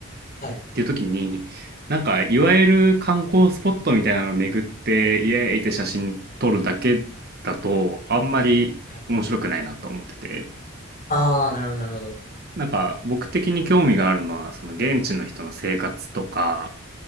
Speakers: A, on the left (about 40°); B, on the right (about 45°).
A: はいはい
B: っていう時に、なんか、いわゆる観光スポットみたいなのを巡って、イエーイって写真撮るだけだと、あんまり面白くないなと思ってて、
A: はい。ああー、なるほどなるほど。
B: なんか、僕的に興味があるのは、その現地の人の生活とか、